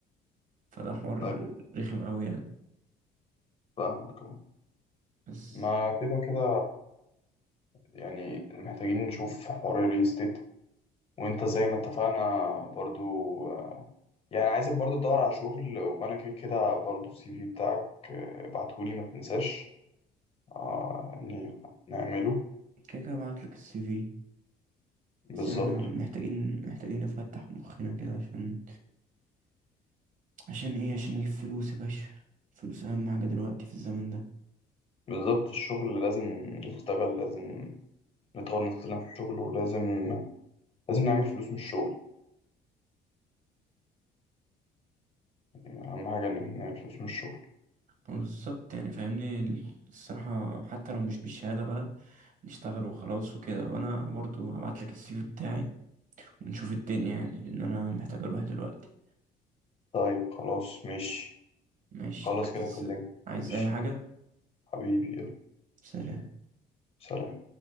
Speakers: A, on the right (about 50°); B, on the left (about 35°).
A: فده حوار
B: لا
A: رخم قوي يعني
B: فاهمك أه.
A: بس
B: ما كده كده يعني محتاجين نشوف حوار الريل ستيت وانت زي ما اتفقنا برضو آه، يعني عايزك برضو تدور على شغل وانا كده كده برضو السي في بتاعك آه، ابعتهولي ما تنساش آه، يعني نعمله
A: كده كده بعتلك السي في
B: بالظبط
A: بس احنا محتاجين محتاجين نفتح مخنا كده عشان عشان ايه عشان نجيب فلوس يا باشا فلوس اهم حاجة دلوقتي في الزمن ده
B: بالظبط الشغل لازم نشتغل لازم نطور نفسنا في الشغل ولازم لازم نعمل فلوس من الشغل يعني اهم حاجة ان احنا نعمل فلوس من الشغل
A: بالظبط يعني فاهمني الصراحة حتى لو مش بالشهادة بقى نشتغل وخلاص وكده وانا برضو هبعتلك السي في بتاعي ونشوف الدنيا يعني لان انا محتاج اروح دلوقتي
B: طيب خلاص ماشي
A: ماشي
B: خلاص كده
A: عايز
B: كلمت
A: عايز
B: ماشي
A: اي حاجة
B: حبيبي يلا
A: سلام
B: سلام